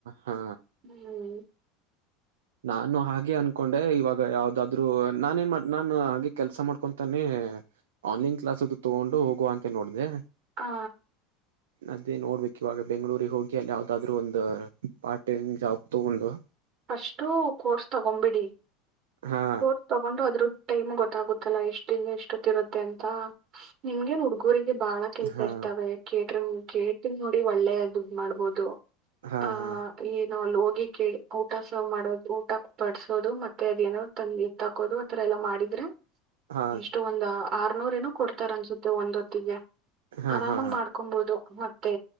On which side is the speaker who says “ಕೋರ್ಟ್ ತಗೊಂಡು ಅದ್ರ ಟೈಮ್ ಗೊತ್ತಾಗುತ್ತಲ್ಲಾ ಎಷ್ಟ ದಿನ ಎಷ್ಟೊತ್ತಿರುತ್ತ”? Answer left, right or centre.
Right